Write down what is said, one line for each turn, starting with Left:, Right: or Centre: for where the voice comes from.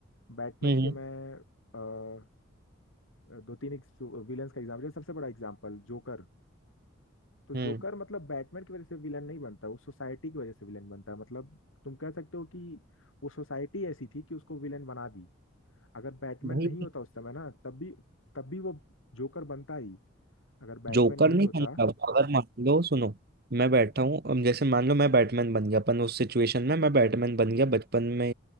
Left: बैटमैन
Right: हम्म
Left: के मैं अ, दो तीन विलन्स का एग्जांपल सबसे बड़ा एग्जांपल जोकर तो जोकर
Right: हम्म
Left: मतलब बैटमैन की वजह से विलन नहीं बनता वो सोसाइटी की वजह से विलन बनता है मतलब तुम कह सकते हो कि वो सोसाइटी ऐसी थी कि उसको विलन बना दी अगर बैटमैन
Right: भाई
Left: नहीं होता उस समय ना तब भी तब भी वो जोकर बनता ही अगर बैटमैन
Right: जोकर
Left: नहीं
Right: नहीं
Left: होता
Right: बनता वो। अगर मान लो सुनो मैं बैठा हूँ अब जैसे मान लो मैं बैटमैन बन गया अपन उस सिचुएशन में मैं बैटमैन बन गया बचपन में